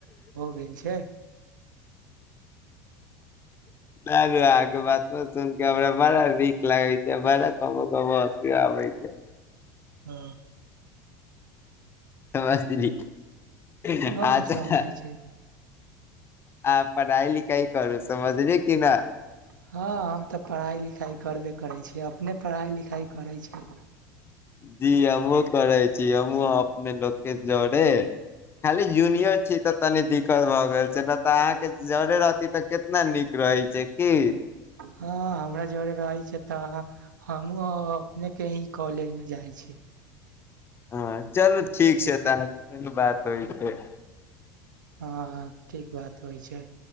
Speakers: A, on the right; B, on the left.
A: हो गेल छै।
B: सारू आगे बात सुन क हमरा बड़ा नीक लागे छै बड़ा कबो कबो हस आबै छै।
A: हँ।
B: समझली। अच्छा
A: ह समझइ छै।
B: आ पढ़ाइ लिखाइ करू समझली। कि न
A: हँ हम तऽ पढ़ाइ लिखाइ करबे करै छिय। अपने पढ़ाइ लिखाइ करै छै।
B: जी हमहुँ करै छी हमहुँ अपने लोकके। जोडे। खाली जूनियर छी तऽ। तनी दिक्कत भए गेल छै ने तऽ अहाँके। जरे रहती तऽ केितना नीक रहै छै की।
A: हँ हमरा जरे रहै छै त अहाँ। हम अपने कही। कॉलेजमे जाइ छी।
B: हँ चलू ठीक छै तऽ अहाँ से फेनु बात होइ छै।
A: हँ ठीक बात होइ छै।